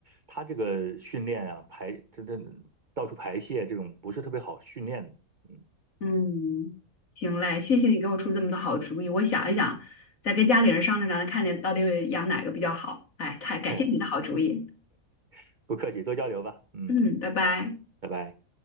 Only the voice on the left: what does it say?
嗯，行嘞，谢谢你给我出这么多好主意，我想一想，再跟家里人商量商量，看见到底养哪个比较好。哎，太感谢你的好主意，
嗯，拜拜。